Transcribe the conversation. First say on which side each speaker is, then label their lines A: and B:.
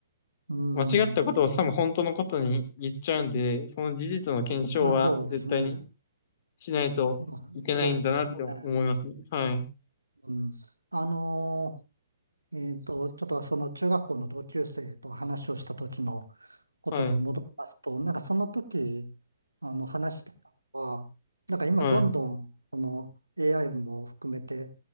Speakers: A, on the right; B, on the left.
A: えー、う
B: 間違ったことをさも本当のことに言っちゃうんで、
A: ん。
B: その事実の検証は絶対に
A: あ、そうですね。
B: しないといけないんだなって思いますね。
A: うん、そうですね。
B: はい。
A: うん。あのーえっと、ちょっとその中学校の同級生と話をした時のことに戻りますと、
B: はい。
A: なんかその時、あの、話してたのは、なんか今どんどん、
B: はい。
A: その AI も含めて、